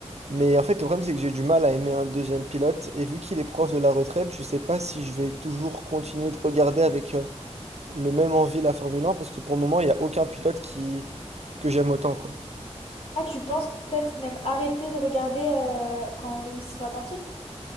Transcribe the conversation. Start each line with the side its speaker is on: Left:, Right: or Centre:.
Right: Mais en fait, le problème, c'est que j'ai du mal à aimer un deuxième pilote. Et vu qu'il est proche de la retraite, je sais pas si je vais toujours continuer de regarder avec euh, le même envie la Formule 1 parce que pour le moment, il n'y a aucun pilote qui que j'aime autant, quoi.
Left: Ah, tu penses peut-être même arrêter de regarder euh, quand Lewis sera parti?